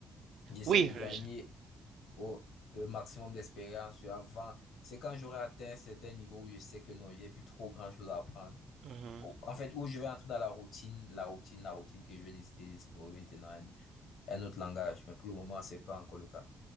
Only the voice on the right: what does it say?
Oui,
le-
Mhm.